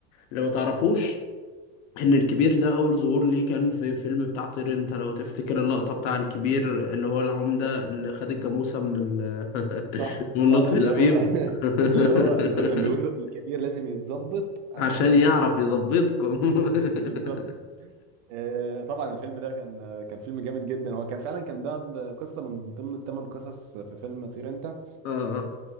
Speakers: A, on the left; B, on the right.
A: اللي ما تعرفوش ان الكبير ده اول ظهور ليه كان في فيلم بتاع طير انت لو تفتكر اللقطة بتاع الكبير اللي هو العمدة اللي خد الجاموسة من ال... <laughs>
B: صح
A: من
B: صح
A: لطفي
B: اللي
A: لبيب
B: هو <laughs> اللي
A: <laughs>
B: هو اللي هو كان بيقول له الكبير لازم يتظبط عشان
A: عشان
B: يظبطكم
A: يعرف يظبطكم
B: <laughs>
A: <laughs>
B: بالظبط آه، طبعا الفيلم ده كان آه، كان فيلم جامد جدا هو كان فعلا كان ده قصه من ضمن الثمان قصص في فيلم طير انت
A: اه